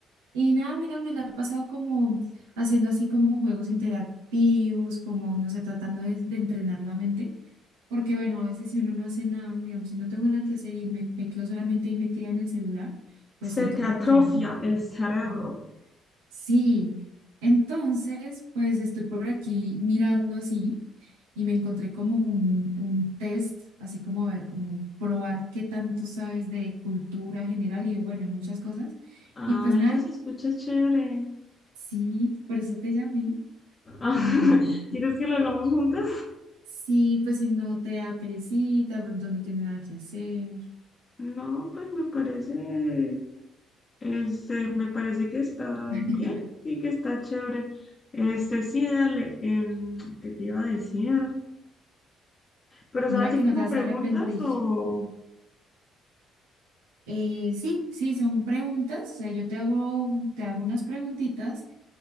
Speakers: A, on the right; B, on the left.
A: Y nada, mira, me la he pasado como haciendo así como juegos interactivos, como, no sé, tratando de, de entrenar la mente, porque bueno, a veces si uno no hace nada, digamos, si no tengo nada que hacer y me, me quedo solamente ahí metida en el celular, pues
B: Se
A: siento
B: te
A: como
B: atrofia
A: que no.
B: el cerebro.
A: no, Sí, entonces, pues estoy por aquí mirando así y me encontré como un, un test, así como a ver, como probar qué tanto sabes de cultura general y de, bueno, de muchas cosas.
B: Ay,
A: Y pues nada,
B: eso se escucha chévere.
A: sí, por eso te llamé.
B: <laughs>
A: Y
B: ¿Quieres que lo hagamos juntas?
A: sí, pues si no te da perecita, de pronto no tiene nada que hacer.
B: No, pues me parece, este, me parece que está
A: <laughs> mm,
B: bien, sí que está chévere. Este, sí, dale, em, ¿qué te iba a decir? Pero son
A: Mira
B: así
A: que
B: como
A: no te vas
B: preguntas
A: a arrepentir.
B: o...
A: Eh, sí, sí, son preguntas, o sea, yo te hago, te hago unas preguntitas